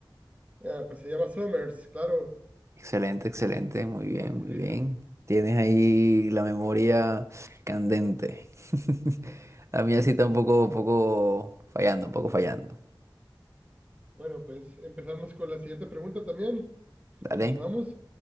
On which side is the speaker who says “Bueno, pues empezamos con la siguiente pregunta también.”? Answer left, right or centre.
Right